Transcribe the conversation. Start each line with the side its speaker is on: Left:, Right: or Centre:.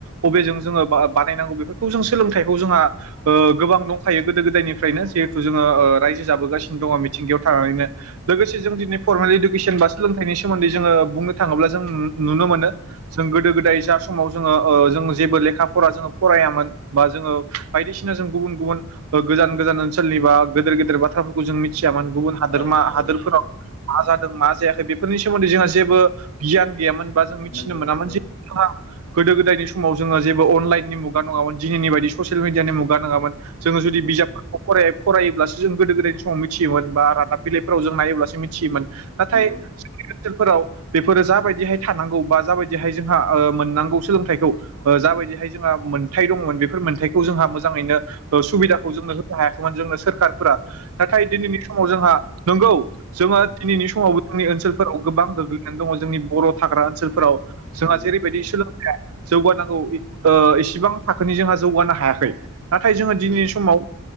Right: बबेजों जों। जोङो बानायनांगौ बेफोरखौ जों सोलोंथाइखौ जोंहा ओ गोबां दंखायो गोदो गोदायनिफ्रायनो जिहेथु जोङो ओ रायजो जाबोगासिनो दङ मिथिंगायाव थानानैनो लोगोसे जों दिनै फरमेल इडुकेसन बा सोलोंथाइनि सोमोनदै जोङो बुंनो थाङोब्ला जों नु- नुनो मोनो जों गोदाय जा समाव जोङो ओ। जेबो लेखा फरा जों फरायामोना जों बायदिसिना जों गुबुन गुब गोजान गोजान ओन्सोल ओनसोलनि बा गोदोर गोदोर बाथ्राफोरखौ जों मिथियामोन गुबुन हादोरा
Left: औ
Right: हादोरफोराव
Left: औ
Right: मा जादों मा जायाखै। बेफोरनि सोमोन्दै जोंहा जेबो गियान गैयामोन बा जों मिथिनो
Left: नंगौ
Right: मोनामोन
Left: नंगौ
Right: जे जोंहा गोदो गोदायनि समाव समाव जोङो जेबो अनलाइननि मुगा नङामोन दिनैनि बदि ससियेल मिडियानि मुगा नङामोन। जोङो जुदि
Left: नंगौ
Right: बिजाबफोरखौ फराय फरायोब्लासो जों गोदो गोदायनि समाव मिथियोमोन बा रादाब बिलाइफोराव जों नायोब्लासो मिथियोमोन नाथाय
Left: नंगौ
Right: फोराव बेफोरो जाबायदिहाय थानांगौ बा जाबायदिहाय जोंहा ओ मोननांगौ सोलोंथाइखौ ओ जा बेफोरबायदिहाय जोंहा मोनथाय दंमोन बेफोर मोनखौ जोंहा मोजाङैनो ओ सुबिखौ जों होनो हायाखैमोन जोंनो सोर नाथाय दिनैनि समाव जोंहा नंगौ जोङो दिनैनि समाव जोंनि ओनसोलफोराव गोबां गोग्लैनानै दङ जोंनि बर' थाग्रा ओनसोलफोराव। जोंहा
Left: नंगौ
Right: जेरैबायदि सोलोंथखय जौगानांगौ ओ इसिबां थाखोनि जोंहा जौगानो हायाखै। नाथाय जोङो दिनैनि
Left: नंगौ
Right: समाव